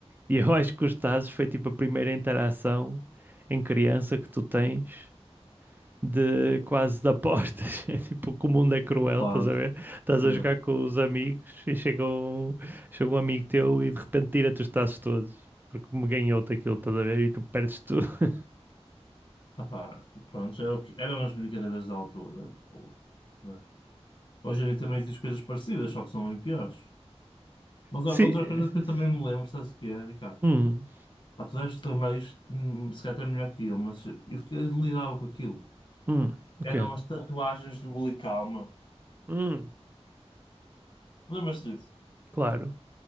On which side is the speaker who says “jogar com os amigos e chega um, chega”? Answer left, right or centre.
Right